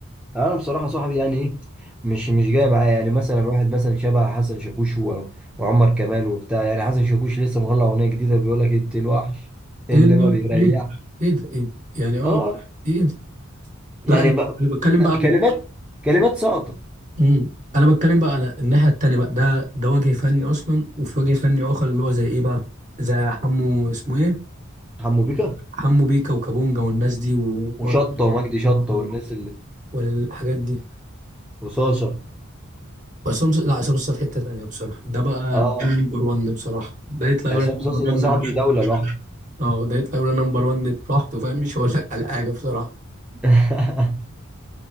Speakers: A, in the centre; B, on the right.
A: انا بصراحه صاحبي يعني ايه مش مش جاي معايا يعني مثلا واحد مثلا شبه حسن شاكوش و- وعمر كمال وبتاع يعني حسن شاكوش لسه مطلع اغنيه جديده بيقول لك انت الوحش اللي
B: ايه ده
A: ما بيريحش
B: ايه ده ايه ده ايه ده يعني اه
A: اه آه.
B: ايه ده
A: يعني
B: لا انا
A: بقى
B: أنا بتكلم بقى عن-
A: كلمات كلمات ساقطه
B: مم. انا بتكلم بقى على الناحيه التانيه بقى ده ده وجه فني اصلا وفي وجه فني اخر اللي هو زي ايه بقى زي حمو اسمه ايه
A: حمو بيكا
B: حمو بيكا وكابونجا والناس دي ومارك
A: وشطه ومجدي شطه
B: و-
A: والناس اللي
B: والحاجات دي
A: رصاصه
B: بس هم لا عصام صاحب في حته تانيه بصراحه ده بقى ده
A: اه
B: نمبر 1 بصراحه ده يطلع يقول
A: عصام صاصا
B: لك
A: ده صاحبي دولة لوحده
B: اه ده يطلع يقول نمبر 1 براحته فاهم مش هقول لك على حاجه بصراحه
A: <laughs>